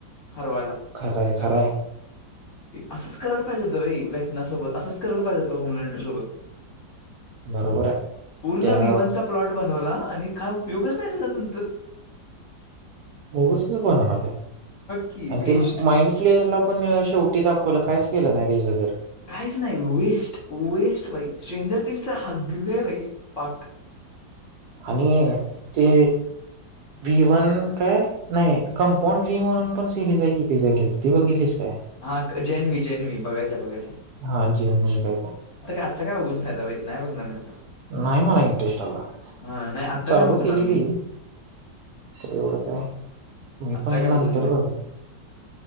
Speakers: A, on the left; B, on the right.
A: हरवायला.
B: खरंय खरंय
A: असंच करायला पाहिजे होतं बाई व्यकनासोबत असंच करायला पाहिजे होतं होमलेंट सोबत
B: बरोबर आहे
A: पूर्ण
B: त्या
A: विवांचा प्लॉट बनवला आणि काय उपयोगच नाही त्याच्या नंतर
B: गच पणला
A: की
B: आणि
A: वेस्ट.
B: ते माइंड फ्लेअर ला पण शेवटी दाखवलं कायच केलं नाही त्याचं तर
A: काहीच नाही वेस्ट वेस्ट बाई स्ट्रेंजर तनस तर हगले भाई पाक
B: आणि ते व्ही वन काय नाही कंपाऊंड व्ही म्हणून पण सिरीज आहे की त्याच्याट ती बघितलीच काय
A: हा जेन्वी जेन्वी बघायचा बघायच
B: हा जीवन मी काका.
A: आता काय बघून फादाई नाही बघणार आता.
B: नाही मला इंटरेस्ट आला
A: हां, नाही आता
B: चालू
A: नाही बघणार
B: केली
A: मी.
B: ती. तर एवढं काय मी
A: आता
B: पण
A: काय बघून
B: नंतर
A: करू.
B: बघा.